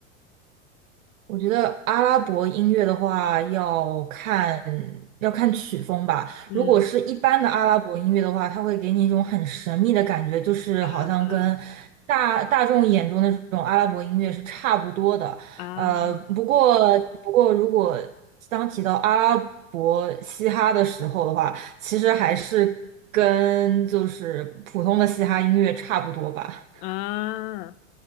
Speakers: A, on the right (about 80°); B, on the left (about 45°).
A: 我觉得阿拉伯音乐的话，要看要看曲风吧。
B: 嗯，
A: 如果是一般的阿拉伯音乐的话，它会给你一种很神秘的感觉，就是好像跟
B: 嗯嗯
A: 大大众眼中的这种阿拉伯音乐是差不多的。
B: 啊。
A: 呃，不过不过，如果当提到阿拉伯嘻哈的时候的话，其实还是跟就是普通的嘻哈音乐差不多吧。
B: 啊，